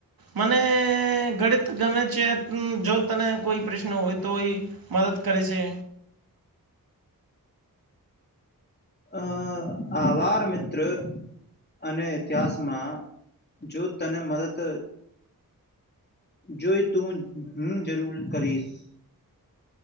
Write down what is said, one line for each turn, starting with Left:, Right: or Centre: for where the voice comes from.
Right: મને ગણિત ગમે છે જો તને કોઈ પ્રશ્ન હોય તો ઈ મદદ કરે છે.
Left: અ આવાર મિત્ર અને ઇતિહાસમાં જો તને મદદ જોઈ તું હું જરૂર કરીશ.